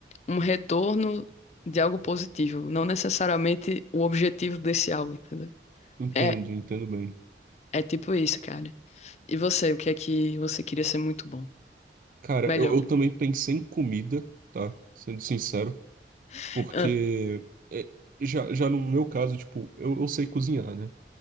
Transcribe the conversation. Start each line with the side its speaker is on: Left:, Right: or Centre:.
Left: um retorno de algo positivo, não necessariamente o objetivo desse algo, entendeu?
Right: Entendo,
Left: É,
Right: entendo bem.
Left: é tipo isso, cara. E você, o que é que você queria ser muito bom?
Right: Cara,
Left: Melhor.
Right: eu, eu também pensei em comida, tá? Sendo sincero.
Left: <laughs>
Right: Porque é, já, já no meu caso, tipo, eu, eu sei cozinhar, né?